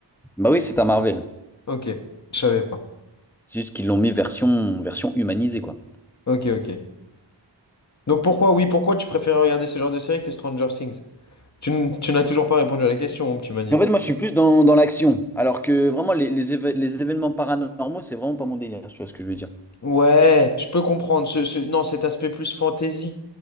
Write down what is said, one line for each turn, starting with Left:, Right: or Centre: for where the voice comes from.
Centre: Bah oui, c'est un Marvel.
Left: Ok, je savais pas.
Centre: C'est juste qu'ils l'ont mis version, version humanisée, quoi.
Left: Ok, ok. Donc pourquoi, oui, pourquoi tu préfères regarder ce genre de série que Stranger Things? Tu, n- tu n'as toujours pas répondu à la question, mon petit Mani.
Centre: En fait, moi, je suis plus dans, dans l'action, alors que vraiment, les, les, éve- les événements paranormaux, c'est vraiment pas mon délire, tu vois ce que je veux dire.
Left: Ouais, je peux comprendre. Ce, ce- non, cet aspect plus fantasy,